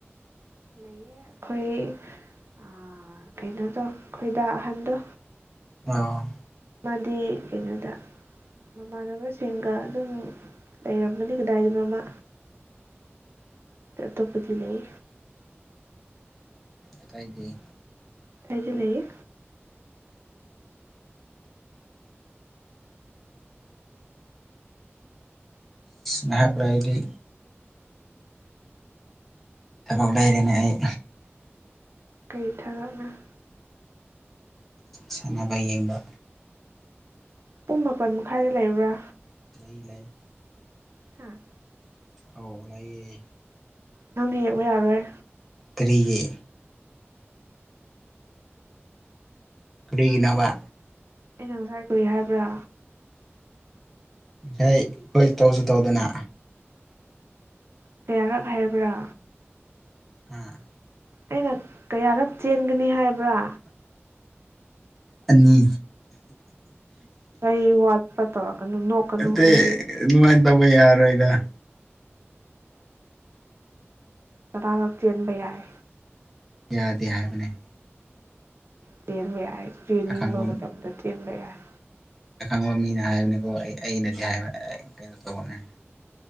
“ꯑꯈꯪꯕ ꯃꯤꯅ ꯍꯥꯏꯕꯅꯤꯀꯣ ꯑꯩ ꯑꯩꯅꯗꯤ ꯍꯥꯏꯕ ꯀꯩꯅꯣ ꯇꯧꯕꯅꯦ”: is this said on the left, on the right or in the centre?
Centre